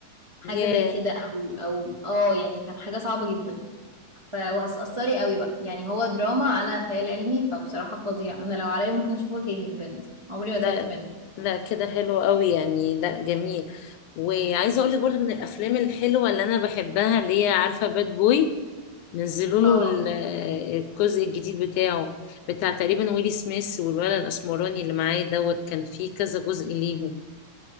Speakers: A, on the right; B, on the left.
A: حاجة
B: يا
A: زي كده او او اه يعني كانت حاجة صعبة جدا ف... وهتأثري قوي بقى يعني هو دراما على خيال علمي فبصراحة فظيع انا لو عليا ممكن اشوفه تاني بجد عمري ما زهقت
B: لا
A: منه
B: لا كده حلو قوي يعني لا جميل وعايزه اقول لك برضه من الافلام الحلوه اللي انا بحبها اللي هي عارفه باد بوي نزلوا له
A: اه
B: ال- الجزء الجديد بتاعه بتاع تقريبا ويلي سميث والولد الاسمراني اللي معاه دوت كان فيه كذا جزء ليهم